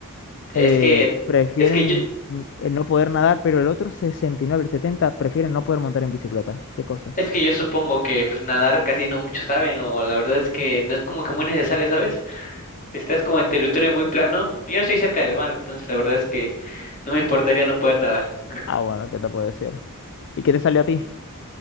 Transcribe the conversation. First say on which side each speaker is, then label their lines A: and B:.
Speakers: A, on the left (about 35°); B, on the left (about 55°).
A: Es
B: eh,
A: que,
B: prefieren
A: es que yo,
B: n- eh, no poder nadar, pero el otro 69, el 70 prefieren no poder montar en bicicleta. ¿Qué cosas?
A: es que yo supongo que pues nadar casi no muchos saben, o la verdad es que no es como que muy necesario, ¿sabes? Estás como en territorio muy plano. Yo estoy cerca del mar, entonces la verdad es que no me importaría no poder nadar.
B: Ah, bueno, ¿qué te puedo decir? ¿Y qué te salió a ti?